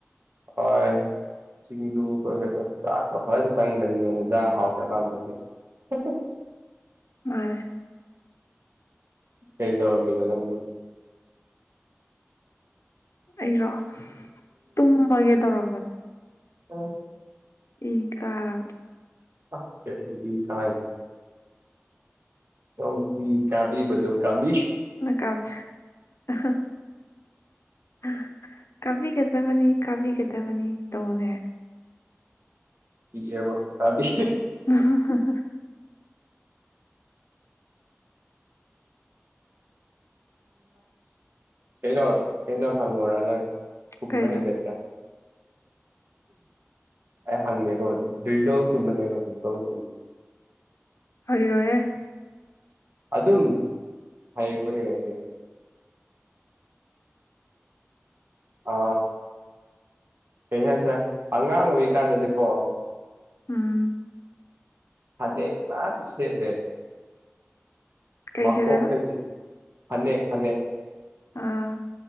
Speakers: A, on the right; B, on the left.
A: ꯑꯣꯏ ꯁꯤꯡꯖꯨꯈꯣꯏꯒꯗꯣ ꯆꯥꯛꯀ ꯐꯟ ꯆꯪꯕꯅꯤꯅꯦ ꯏꯟꯖꯥꯡ ꯍꯥꯎꯇꯔꯀꯥꯟꯗꯗꯤ <unintelligible>
B: ꯃꯥꯅꯦ
A: ꯀꯩꯗꯧꯔꯝꯃꯤꯅꯣ ꯅꯪꯗꯤ
B: ꯑꯩꯔꯣ ꯇꯨꯝꯃꯒꯦ ꯇꯧꯔꯝꯕꯅꯦ
A: ꯑꯁ
B: ꯏ ꯀꯥꯔꯕ
A: ꯑ ꯀꯩꯒꯤ ꯏꯀꯥꯏꯗꯤ ꯁꯣꯝ ꯏ ꯀꯥꯕꯤꯕꯗꯣ ꯀꯥꯕꯤ
B: ꯅꯀꯥꯎ ꯑꯍ ꯍ ꯀꯥꯕꯤꯒꯗꯕꯅꯤ ꯀꯥꯕꯤꯒꯗꯕꯅꯤ ꯇꯧꯅꯦ
A: ꯏꯑꯦꯕ ꯀꯕꯤꯒꯦ
B: ꯎꯝ ꯍꯝ <unintelligible>
A: ꯀꯩꯅꯣ ꯀꯩꯅꯣ ꯍꯪꯉꯣꯔ ꯅꯪ ꯈꯨꯝꯕ
B: ꯀꯩꯅꯣ
A: ꯍꯩꯒꯗꯔ ꯑꯩ ꯍꯪꯉꯦꯀꯣ ꯅꯤꯗꯜꯁꯒꯨꯝꯕꯅꯦꯕ ꯅꯤꯗꯜꯁꯒꯨꯝ
B: ꯍꯩꯔꯣꯌꯦ
A: ꯑꯗꯨꯝ ꯍꯩꯔꯕꯣ ꯌꯦꯡꯉꯛꯇꯣꯏꯅꯤ ꯑ ꯀꯩ ꯍꯥꯏꯁꯦ ꯑꯉꯥꯡ ꯑꯣꯏꯏꯀꯥꯟꯗꯗꯤꯀꯣ
B: ꯑꯝ
A: ꯑꯗꯃꯝ ꯁꯦ ꯂꯩꯦ
B: ꯀꯩ
A: ꯃꯀꯣꯛꯇꯒꯤ
B: ꯁꯦꯠꯂꯦꯕ
A: ꯐꯅꯦꯛ ꯐꯅꯦꯛ
B: ꯑꯥ